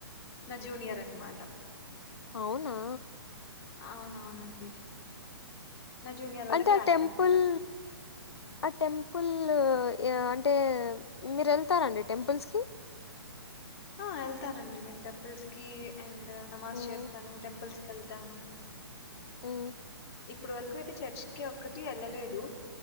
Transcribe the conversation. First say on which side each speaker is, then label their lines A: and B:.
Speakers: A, on the left; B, on the left.
A: నా జూనియర్ అన్మాట
B: అవునా
A: అవునవునండి నా జూనియర్ వాళ్ళ
B: అంటే
A: క్లాస్మేట్
B: ఆ టెంపుల్
A: కూడా
B: ఆ టెంపుల్ యా అంటే మీరు ఎళ్తారండి టెంపుల్స్కి
A: ఆ వెళ్తానండి నేను టెంపుల్స్ కి అండ్ నమాజ్
B: హ్మ్.
A: చేస్తాను టెంపుల్స్కి వెళ్తాను
B: హ్మ్
A: ఇప్పుడు వరకు అయితే చర్చికిి ఒక్కటి వెళ్ళలేదు